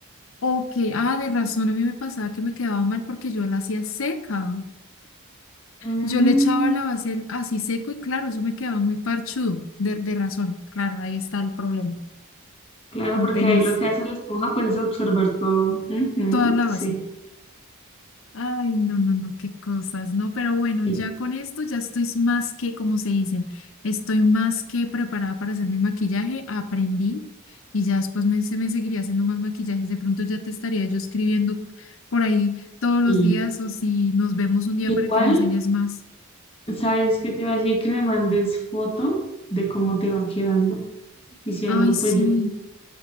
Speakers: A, on the left; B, on the left.
A: Ok, ah, de razón, a mí me pasaba que me quedaba mal porque yo la hacía seca.
B: Mm,
A: Yo le echaba la base así seco y claro, eso me quedaba muy parchudo, de, de razón. Claro, ahí está el problema.
B: Claro,
A: No
B: porque
A: tenés
B: ahí lo que hace la esponja pues es absorber todo. Ujú,
A: toda la
B: sí.
A: base. Ay, no, no, no, qué cosas, ¿no? Pero bueno,
B: sí,
A: ya con esto ya estoy más que, como se dicen, estoy más que preparada para hacer mi maquillaje, aprendí y ya después me, se me seguiría haciendo más maquillajes. De pronto ya te estaría yo escribiendo por ahí todos los
B: sí.
A: días o si nos vemos un día
B: igual,
A: para que me enseñes más.
B: ¿sabes qué te iba a decir? Que me mandes foto de cómo te va quedando. Y si
A: Ay,
B: algo,
A: sí.
B: pues yo